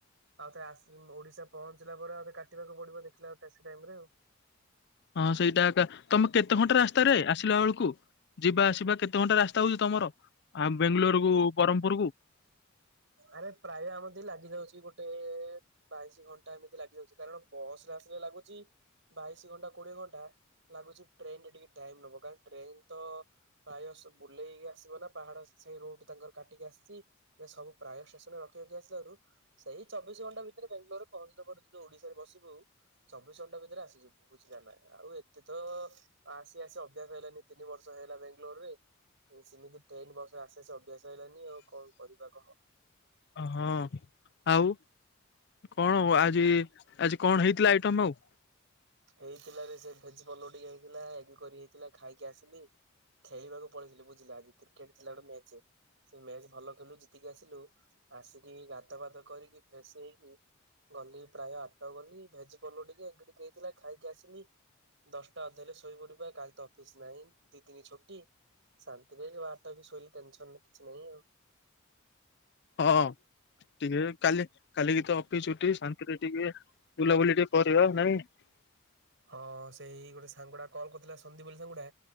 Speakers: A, on the right; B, on the left.
A: ଆ କାଇଁ ଆଉ ଓଡିଶା ପହଞ୍ଚିଲା ପରେ ଆଉ କାଟିବାକୁ ପଡିବ ଦେଖିଲା ଟ ଟାଇମରେ ଆଉ।
B: ହଁ ସେଇଟା ଏକା ତମେ କେତେ ଘଣ୍ଟା ରାସ୍ତାରେ ଆସିଲା ବେଳକୁ ଯିବା ଆସିବା କେତେ କେତେ ଘଣ୍ଟା ରାସ୍ତା ହଉଛି ତମର ଆ ବେଙ୍ଗ୍ଲୋର କୁ ବରହ୍ମମପୁରକୁ।
A: ଆରେ ପ୍ରାୟ ଆମିତି ଲାଗି ଯାଉଛି ଗୋଟେ ବାଇଶି ଘଣ୍ଟା ଏମିତି ଲାଗି ଯାଉଛି କାରଣ ବସ ଆସି ଲାଗୁଛି ବାଇଶି ଘଣ୍ଟା କୋଡିଏ ଘଣ୍ଟା। ଲାଗୁଛି ଟ୍ରେନ ରେ ଟିକେ ଟାଇମ ନବ କାରଣ ଟ୍ରେନ ତ ପ୍ରାୟ ସ ବୁଲେଇକି ଆସିବ ନା ପାହାଡ ସେଇ ରୋଡୁ ତାଙ୍କର କାଟିକି ଆସିଛି ଏ ସବୁ ପ୍ରାୟ ଷ୍ଟେସନରେ ରଖିରଖି ଆସିଲିବାରୁ ସେଇ ଚବିଶ ଘଣ୍ଟା ଭିତରେ ବେଙ୍ଗାଲୋର ରେ ପହଞ୍ଚିଲା ପରେ ଯୋଉ ଓଡିଶାରେ ବସିବୁ ଚବିଶ ଘଣ୍ଟା ଭିତରେ ଆସିଯିବୁ ବୁଝିଲା ନା ଆଉ ଏତେ ତ ଆସି ଆସି ଅଭ୍ୟାସ ହେଇଲାନି ତିନି ବର୍ଷ ବଷ ହେଲା ବାଙ୍ଗାଲୋରରେ ସେମିତି ଟ୍ରେନ ବସ ଆସେ ଆସ ଅଭ୍ୟାସ ହେଇଲାନି ଆଉ କଣ କରିବା କହ।
B: ହଁ ଆଉ। କଣ ହ ଆଜି ଆଜି କଣ ହେଇଥିଲା ଆଇଟମ ଆଉ।
A: ହେଇଥିଲା ରେ ସେ ଭେଜ ପଲଉ ଟିକେ ହେଇଥିଲା ଏଗ୍ କରି ହେଇଥିଲା ଖାଇକି ଆସିଲି। ଖେଳିବାକୁ ପଳେଇଥିଲି ବୁଝିଲା ଆଜି କ୍ରିକେଟ ଥିଲା ଗୋଟେ ମ୍ୟାଚ ଯେ। ସେ ମ୍ୟାଚ ଭଲ ଖେଳିଲୁ ଜିତିକି ଆସିଲୁ ଆସିକି ଗାଧୁଆ ପାଧୁଆ କରିକି ଫ୍ରେଶ ହେଇକି ଗଲି ପ୍ରାୟ ଆଟ ଗଲି ଭେଜପୋଲ ଟିକେ ଏଗ ଟିକେ ହେଇଥିଲା ଖାଇକି ଆସିଲି। ଦଶଟା ଅଧେ ହେଲେ ଶୋଇପଡିବି କାଲି ତ ଅଫିସ ନାହିଁ ଦି ଦିନି ଛୁଟି। ଶାନ୍ତିରେ ଯଉ ଆଠ ଟାରୁ ଶୋଇଲି ଟେନସନ୍ କିଛି ନାହିଁ ଆଉ।
B: ହଁ ଟିକେ କାଲି କାଲିିକି ତ ଅଫିସ ଉଠି ଶାନ୍ତିରେ ଟିକେ ବୁଲାବୁଲି ଟିକେ କରିବା ଆଉ ନାଇଁ। <inaudible>
A: ହଁ ସେଇ ଗୋଟେ ସାଙ୍ଗୁଡା କଲ୍ କରିଥିଲା ସନ୍ଦିପ୍ ବୋଲି ସାଙ୍ଗୁଡା